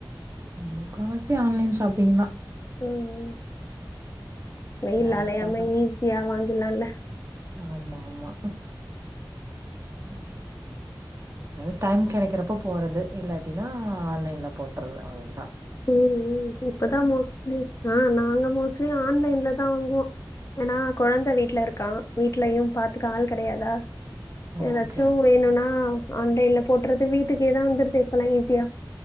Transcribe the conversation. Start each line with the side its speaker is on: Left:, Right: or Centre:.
Right: முக்கால்வாசி ஆன்லைன் ஷாப்பிங் தான்
Left: உஹம் வெயில்ல
Right: டேரக்டாலா
Left: அலையாமா ஈஸியா வாங்க லாம் ல
Right: ஆமா ஆமா ஹ அது டைம் கிடைக்கிறப்ப போறது இல்லாட்டினா ஆன்லைன்ல போட்றது அவ்வளவுதான்
Left: ம் ம் இப்பதான் மோஸ்லி ஆஹ நாங்க மோஸ்லி ஆன்லைன்ல தான் வாங்குவான் ஏன்னா கொழந்த வீட்ல இருக்கான் வீட்லயும் பாத்துக்க ஆள் கெடயாதா ஏதாச்சு
Right: ஓகே ஓகே
Left: வேணும் ன்னா ஆன்லைன்ல போட்றது வீட்டுக்கே தான் வந்துருது இப்பல்லா ஈஸியா